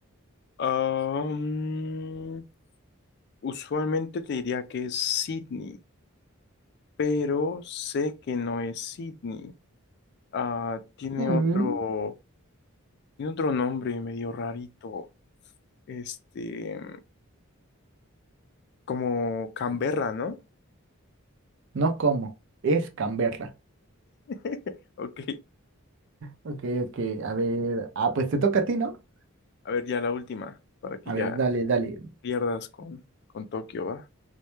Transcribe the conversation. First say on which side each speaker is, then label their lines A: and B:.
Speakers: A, on the left; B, on the right.
A: Ah, mm, usualmente te diría que es Sydney, pero sé que no es Sydney. Ah, tiene
B: Mm,
A: otro, tiene otro nombre medio rarito. Este, como Canberra, ¿no?
B: no, ¿cómo? Es Canberra.
A: <laughs> Ok.
B: Ok, ok, a ver. Ah, pues te toca a ti, ¿no?
A: A ver, ya la última, para que
B: A
A: ya
B: ver, dale, dale.
A: pierdas con, con Tokio, ¿va?